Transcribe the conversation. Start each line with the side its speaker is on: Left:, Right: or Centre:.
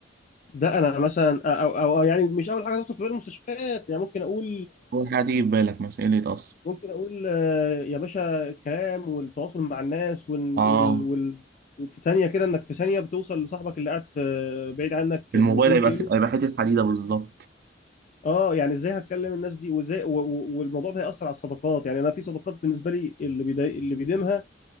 Left: ده انا مثلا او او, أو يعني مش اول حاجه تخطر في بال المستشفيات يعني ممكن اقول
Right: اول حاجة تيجي في بالك مثلا ايه اللي يتأثر
Left: ممكن اقول آه، يا باشا الكلام والتواصل مع الناس وال
Right: اه
Left: وال وال وفي ثانيه كده انك في ثانيه بتوصل لصاحبك اللي قاعد في بعيد عنك
Right: الموبايل
Left: 200
Right: هيبقى
Left: كيلو
Right: س- هيبقى
Left: أنت بتتكلم
Right: حتة حديدة بالظبط
Left: بيه. اه يعني ازاي هتكلم الناس دي وازاي و- و- والموضوع ده هيأثر على الصداقات يعني انا في صداقات بالنسبه لي اللي بيدي اللي بيديمها